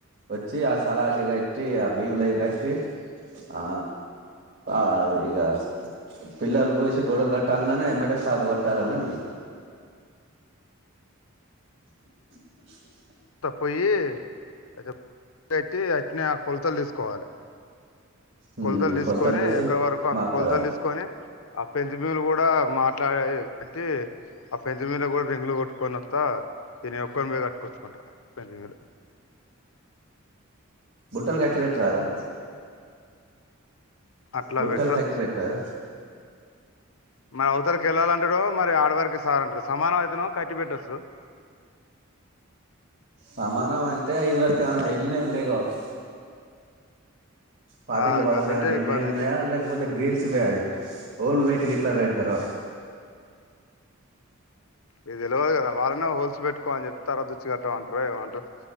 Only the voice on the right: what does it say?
వచ్చి ఆ సలాకి కట్టి ఆ భీములై కట్టి ఆ ఆ ఆది ఇగ పిల్లర్లు పోసి గొడలు కట్టాంగానే ఏమంటే స్లాపు క కట్టాలని అన్నాడు <unintelligible>
ఉమ్
తీసి
మాట్లాడాలి
బుట్టలు కట్ పెట్టి రా అదా
బుట్టలు
కట్ పెట్టరాధ
సమానం అంటే ఇది వరకు ఏమన్నా ఎల్లినయ్ ఉంటాయి కావచ్చు పాత
ఇల్లు బాపతియి
ఏమైనా వెళ్లినాయి
ఉన్నాయా
లేకపోతే గ్రీల్ సువ్వే అది హోల్ పెట్టి గిట్ల పెడతారు